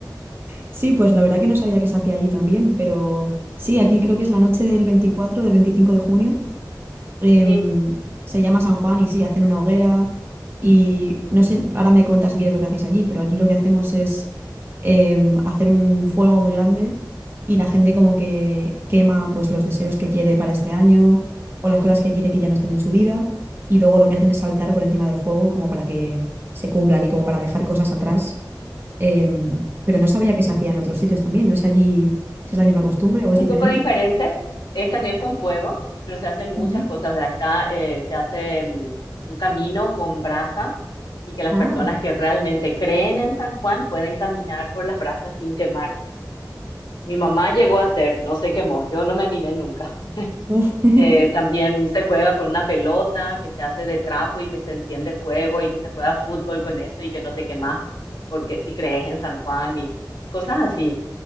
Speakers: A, on the right; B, on the left.
A: Sí, pues la verdad que no sabía que se hacía allí también, pero sí, aquí creo que es la noche del 24 del 25 de junio. em,
B: Sí,
A: se llama San Juan y sí, hacen una hoguera y no sé, ahora me cuentas si quieres lo que hacéis allí, pero aquí lo que hacemos es em, hacer un fuego muy grande y la gente como que quema pues los deseos que quiere para este año o las cosas que quiere que ya no estén en su vida y luego lo que hacen es saltar por encima del fuego como para que se cumplan y como para dejar cosas atrás. Em, pero no sabía que se hacía en otros sitios también, no sé allí si es
B: sí.
A: la misma costumbre o es
B: un
A: diferente.
B: poco diferente, es también con fuego, pero se hacen muchas
A: Ujú.
B: cosas. O sea, está, eh, se hace mm, un camino con brasas y que las
A: Ah,
B: personas que realmente creen en San Juan pueden caminar por las brasas sin quemarse Mi mamá llegó a hacer, no se quemó, yo no me animé nunca.
A: uf, <laughs>
B: Eh, también se juega con una pelota que se hace de trapo y que se enciende fuego y que se juega fútbol con eso y que no te quemas, porque si crees en San Juan y cosas así.